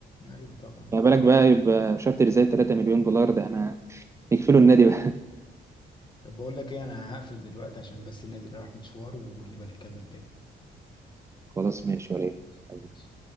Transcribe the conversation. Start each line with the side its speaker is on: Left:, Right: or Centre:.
Left: ايوه طبعا
Right: ما بالك بقى يبقى شارتر زي 3 مليون دولار ده احنا نكفله النادي بقى
Left: طب بقول لك ايه انا هقفل دلوقتي عشان بس النادي راح مشوار ونبقى نتكلم تاني
Right: <laughs> خلاص ماشي ولا يهمك.
Left: ماشي